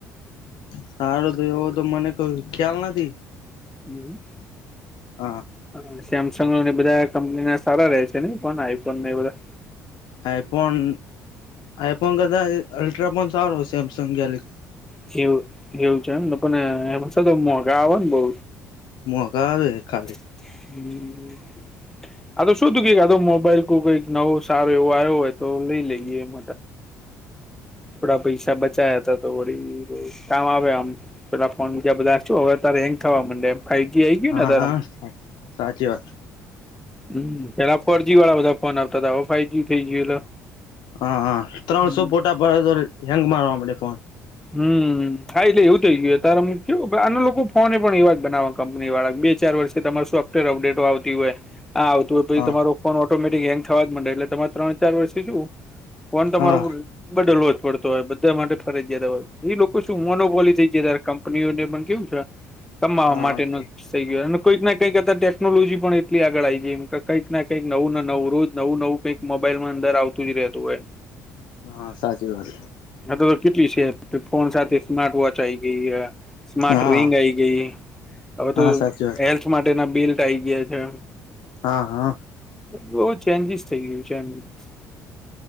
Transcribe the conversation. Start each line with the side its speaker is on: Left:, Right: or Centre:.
Left: સારું તો એવું તો મને ક ખ્યાલ નથી.
Centre: હમ્મ.
Left: હા.
Centre: હા સેમસંગ બધા કંપની ના સારા રહે છે ને પણ આઈફોન એ બધા
Left: આઈફોન, આઈફોન કદા અલ્ટ્રાફોન સારો સેમસંગ ગેલેક્
Centre: સી એવું એવું છે એમ પણ એમાંછ તો મોઘા આવે ને બઉ.
Left: મોગા આવે ખાલી.
Centre: <unintelligible> આ તો શું તું કઈક આ મોબાઈલ કોક કઈક નવો સારો એવો આવ્યો હોય તો લઈ લઈએ એમ. થોડા પૈસા બચાયા હતા તો કામ આવે આમ પેલા ફોન બીજા બધા શુ હવે અ હેંગ થવા માંડે એમ. ફાઈવજી આઈ ગયું
Left: હા
Centre: ને તારામા?
Left: હા સાચી વાત
Centre: હમ્મ પેલા ફોરજી વાળા બધા ફોન આપતા હતા હવે ફાઈવ જ થઇ ગયો એટલે
Left: હા હા ત્રણસો
Centre: હમ
Left: પોટા પડે તો હેંગ મારવા મડે ફોન.
Centre: હમ્મ હા એટલે એવું થઈ ગયું તારે કેવું આના લોકો ફોને પણ એવા જ બનાવા. કંપની વાળા બે ચાર વર્ષથી તમા સોફ્ટવેર અપડેટો આવતી હોય આ તો પછી
Left: હા
Centre: તમારો ફોન ઓટોમેટિક હેંગ થવા જ મડે એટલે તમારે ત્રણ ચાર વર્ષથી જુ ફોન તમારો
Left: હા
Centre: બો લોજ પડતો હોય બધા માટે ફરજ જયાતા હોય એ લોકો શું મોનોપોલી થઈ જ કંનીઓને જે પણ કેવું છે કમાવા
Left: હા
Centre: માટેનું. થઈ ગયો અને કઈક ના કંઈક ટેકનોલોજી પણ એટલી આગળ આવી ગઈ એમ કંઈકને કંઈક નવુંને નવું રોજ નવું નવું કઈક મોબાઈલ માં અંદર આવતું જ રહેતું હોય.
Left: હા સાચી વાત.
Centre: હા તો કેટલી છેે? ફોન સાથે સ્માર્ટ વોચ આઈ ગઈ હ, સ્માર્ટ
Left: હા
Centre: રિંગ આઈ ગઈ. હવે તો
Left: હા સાચી વાત
Centre: એલ્થ માટે ના બિલ્ટ આઈ ગયા છે.
Left: હા હા.
Centre: બહુ ચેન્જીિસ થઇ ગયું છે.